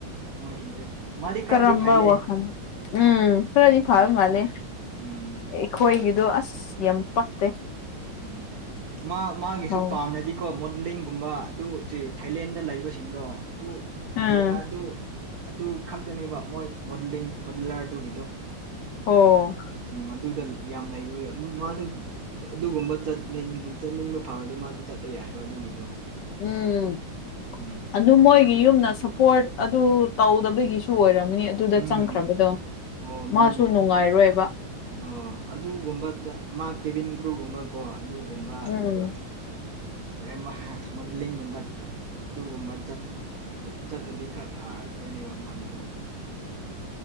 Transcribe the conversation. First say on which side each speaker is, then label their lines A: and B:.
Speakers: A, on the right (about 65°); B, on the left (about 70°).
A: ꯃꯣꯏꯁꯤꯡꯁꯦ ꯃꯥꯗꯤ ꯈꯔꯗꯤ
B: ꯀꯔꯝꯕ
A: ꯐꯩꯌꯦ
B: ꯋꯥꯈꯜ ꯎꯝ ꯈꯔꯗꯤ
A: ꯎꯝ
B: ꯐꯥꯕ ꯃꯥꯂꯦ
A: ꯎꯝ
B: ꯑꯩꯣꯏꯒꯤꯗꯣ ꯑꯁ ꯌꯥꯝ ꯄꯛꯇꯦ
A: ꯎꯝ ꯃꯥ ꯃꯥꯒꯤꯁꯨ
B: ꯍꯧ
A: ꯄꯥꯝꯅꯗꯤ ꯀꯣ ꯃꯣꯗꯂꯤꯡꯒꯨꯝꯕ ꯑꯗꯨ ꯆꯦ ꯊꯥꯏꯂꯦꯟꯗ ꯂꯩꯕꯁꯤꯡꯗꯣ ꯑꯗꯨ
B: ꯎꯝ
A: ꯒꯤ ꯑꯗꯨ ꯑꯗꯨ ꯈꯛꯇꯅꯦꯕ ꯃꯣꯏ ꯃꯣꯗꯂꯤꯡ ꯃꯣꯗꯂꯔꯗꯨꯒꯤꯗꯣ
B: ꯑꯣ
A: ꯎꯝ ꯑꯗꯨꯗ ꯌꯥꯝ ꯂꯩꯕ ꯃꯥꯁꯨꯦ ꯑꯗꯨꯒꯨꯝꯕ ꯆꯠꯅꯤꯡ ꯆꯠꯅꯤꯡꯕ ꯐꯥꯎꯔꯗꯤ ꯃꯥꯁꯨ ꯆꯠꯄ ꯌꯥꯏꯑꯕ ꯑꯗꯨꯒꯤꯗꯣ
B: ꯎꯝ
A: ꯎꯝ
B: ꯑꯗꯨ ꯃꯣꯏꯒꯤ ꯌꯨꯝꯗ ꯄꯣꯔꯠ ꯑꯗꯨ ꯇꯧꯗꯕꯒꯤꯁꯨ ꯑꯣꯏꯔꯝꯅꯤ ꯑꯗꯨꯗ
A: ꯎꯝ
B: ꯆꯪꯈ꯭ꯔꯕꯗꯣ
A: ꯑꯣ ꯃꯥꯅꯦ
B: ꯃꯥꯁꯨ ꯅꯨꯡꯉꯥꯏꯔꯣꯏꯕ
A: ꯑꯣ ꯑꯗꯨꯒꯨꯝꯕ ꯃꯥ ꯀꯦꯚꯟ ꯀ꯭ꯔꯨꯒꯨꯝꯕꯀꯣ ꯑꯗꯨꯒꯨꯝꯕ ꯑꯗꯨꯒ
B: ꯎꯝ
A: ꯦ ꯃꯣꯗꯂꯤꯡꯒꯨꯝꯕ ꯑꯗꯨꯒꯨꯝꯕ ꯆꯠꯂꯗꯤ ꯈꯔ ꯐꯥꯔꯗꯣꯏꯅꯦꯕ ꯃꯥꯒꯤꯗꯣ